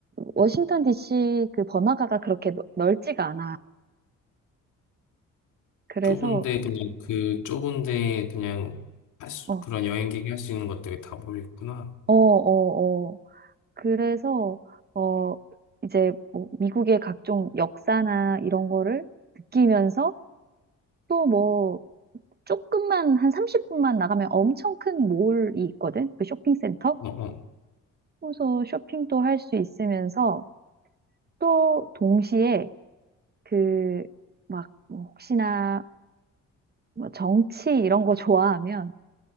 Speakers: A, on the right; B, on the left.
A: 워싱턴 DC 그 번화가가 그렇게 넓- 넓지가 않아. 그래서,
B: 좁은데 그냥 그 좁은데 그냥 할 수,
A: 어,
B: 그런 여행객이 할 수 있는 것들이 다 모여 있구나.
A: 어, 어, 어. 그래서, 어, 이제 뭐 미국의 각종 역사나 이런 거를 느끼면서 또 뭐, 조금만, 한 30분만 나가면 엄청 큰 몰이 있거든? 그 쇼핑센터?
B: 어, 어.
A: 그래서 쇼핑도 할 수 있으면서 또 동시에 그, 막, 뭐 혹시나 뭐 정치 이런 거 좋아하면